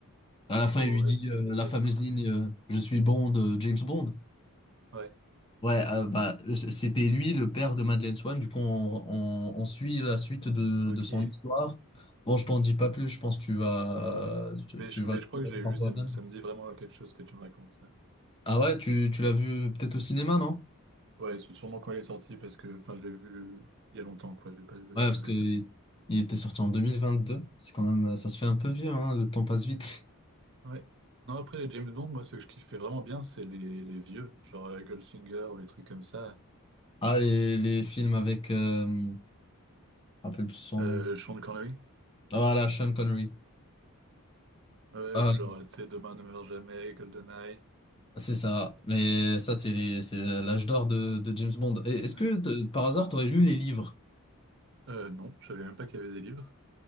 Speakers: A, on the left; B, on the right.
A: À la fin,
B: Oh,
A: il lui
B: ouais,
A: dit euh,
B: peut-être.
A: la fameuse ligne euh, Je suis Bond, euh, James Bond.
B: Ouais,
A: Ouais, euh, bah, c- c'était lui, le père de Madeleine Swan. Du coup, on, on, on suit la suite de,
B: ok.
A: de son histoire. Bon, je t'en dis pas plus, je pense que tu vas, tu,
B: Mais
A: tu
B: je,
A: vas,
B: mais
A: tu
B: je crois que
A: vas
B: je
A: le
B: l'ai
A: voir
B: vu, ça
A: toi-même.
B: me, ça me dit vraiment quelque chose que tu me racontes. ça.
A: Ah ouais, tu, tu l'as vu peut-être au cinéma, non?
B: Ouais, sûrement quand elle est sortie, parce que enfin, je l'ai vu euh, il y a longtemps, quoi, je l'ai pas vu
A: Ouais,
B: très
A: parce
B: récemment.
A: que il il était sorti en 2022. C'est quand même, ça se fait un peu vieux, hein. Le temps passe vite. <laughs>
B: Ouais. Non, après les James Bond, moi, ce que je kiffais vraiment bien, c'est les, les vieux, genre euh, Goldfinger ou les trucs comme ça.
A: Ah, les, les films avec, euh, je me rappelle plus son
B: Euh,
A: nom.
B: Sean Connery,
A: Ah, Voilà, Sean Connery.
B: ouais,
A: Ah,
B: ou genre, tu sais, Demain ne meurt jamais, GoldenEye.
A: c'est ça. Mais ça, c'est les- c'est l'âge d'or de, de James Bond. Et est-ce
B: Ouais.
A: que de- par hasard, t'aurais lu les livres?
B: Euh, non, je savais même pas qu'il y avait des livres.